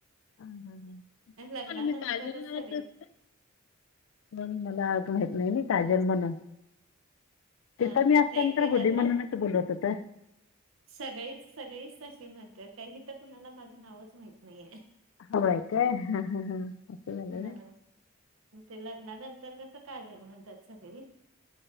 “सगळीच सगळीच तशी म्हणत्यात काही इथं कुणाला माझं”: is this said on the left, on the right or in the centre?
Right